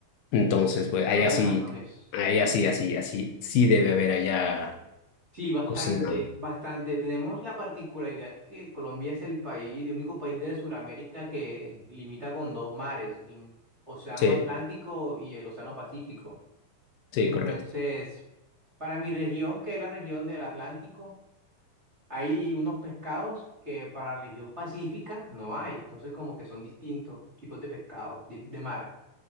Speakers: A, on the left; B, on the right.
A: Entonces, pues, allá
B: Por razones.
A: sí, allá sí, así, así, sí debe haber allá
B: Sí, bastante,
A: cocina.
B: bastante. Tenemos la particularidad que Colombia es el país, el único país de Sudamérica que limita con dos mares, el Océano
A: Sí,
B: Atlántico y el Océano Pacífico.
A: sí,
B: Entonces,
A: correcto.
B: para mi región, que es la región del Atlántico, Hay unos pescados que para la región pacífica no hay, entonces como que son distintos tipos de pescados de, de mar